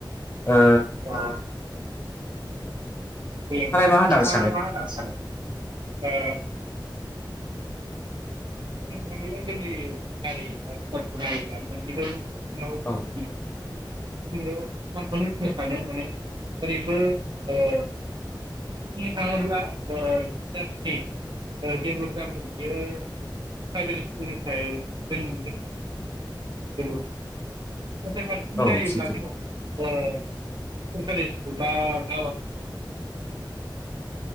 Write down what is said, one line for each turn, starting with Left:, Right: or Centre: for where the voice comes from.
Left: ओ
Right: अ नोंथाङालाय
Left: मा होननानै सानो
Right: मा होनना साननो ओ <unintelligible>
Left: औ
Right: <unintelligible> <unintelligible> प्राइभेट स्कुलनिफ्राय जोंनि <unintelligible> नाथाय फारसेथिं
Left: औ
Right: नायोब्ला
Left: सैथो
Right: ओ सरकारि स्कुल